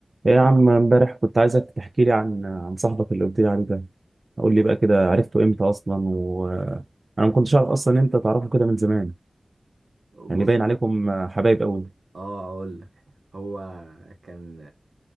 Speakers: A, on the right (about 45°); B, on the right (about 80°).
A: ايه يا عم امبارح كنت عايزك تحكي لي عن عن صاحبك اللي قلت لي عليه ده قول لي بقى كده عرفته امتى اصلا وانا ما كنتش اعرف اصلا إن انت تعرفه كده من زمان
B: بص
A: يعني باين عليكم حبايب قوي
B: اه اقول لك هو كان